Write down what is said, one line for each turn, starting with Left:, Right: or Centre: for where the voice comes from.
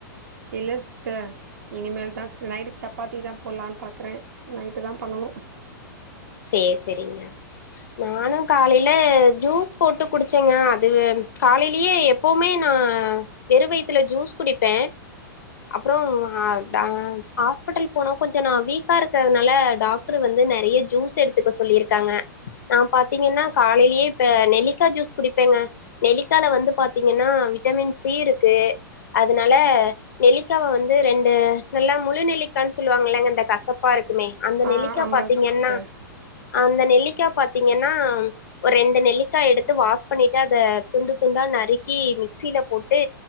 Right: இல்ல சிஸ்டர் இனிமேல் தா சிஸ்டர் நைட்டுக்கு சப்பாத்தி தா போலான்னு பாக்குறே நைட்டு தா பண்ணணு
Left: சேர் செரிங்க நானும் காலையில ஜூஸ் போட்டு குடிச்சேங்க அது காலையிலயே எப்போவுமே நா வெறு வயித்துல ஜூஸ் குடிப்பே அப்புறோ ஹ ஹாஸ்பிட்டல் போனோ கொஞ்சோ நா வீக்கா இருக்கிறதுனால டாக்டர் வந்து நெறைய ஜூஸ் எடுத்துக்க சொல்லிருக்காங்க நா பாத்தீங்கன்னா காலையிலயே இப்ப நெல்லிக்கா ஜூஸ் குடிப்பேங்க நெல்லிக்கால வந்து பாத்தீங்கன்னா விட்டமின் சி இருக்கு அதனால நெல்லிக்காவ வந்து ரெண்டு நல்லா முழு நெல்லிக்கான்னு சொல்லுவாங்கல்லங்க இந்த கசப்பா இருக்குமே அந்த
Right: ஆ
Left: நெல்லிக்கா
Right: ஆமாங்க
Left: பாத்தீங்கன்னா
Right: சிஸ்டர்
Left: அந்த நெல்லிக்கா பாத்தீங்கன்னா ஒரு ரெண்டு நெல்லிக்கா எடுத்து வாஷ் பண்ணிட்டு அத துண்டு துண்டா நறுக்கி மிக்சில போட்டு